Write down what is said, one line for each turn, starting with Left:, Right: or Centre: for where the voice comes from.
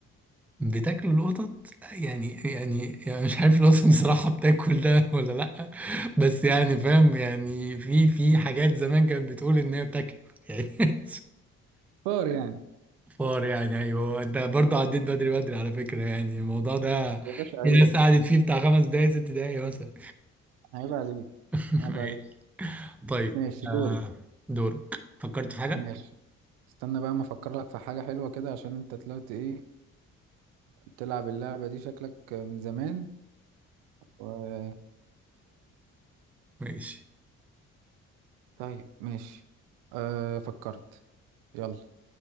Centre: بتاكلوا القطط يعني يعني يعني مش عارف القطط بصراحة بتاكل ده ولا لأ بس يعني فاهم يعني في في حاجات زمان كانت بتقول إن هي بتاكله يعني <laughs>
Right: فار يعني
Centre: فار يعني أيوه أنت برضه عديت بدري بدري على فكرة يعني الموضوع ده
Right: يا باشا عيب
Centre: في ناس قعدت فيه بتاع خمس دقايق ست دقايق مثلا
Right: عيب عليك
Centre: <laughs>
Right: عيب
Centre: ماشي
Right: عليك
Centre: طيب
Right: ماشي
Centre: آه
Right: دوري
Centre: دورك فكرت في حاجة؟
Right: ماشي استنى بقى ما أفكر لك في حاجة حلوة كده عشان أنت طلعت إيه بتلعب اللعبة دي شكلك من زمان وهتغلبني
Centre: ماشي
Right: طيب ماشي أه فكرت يلا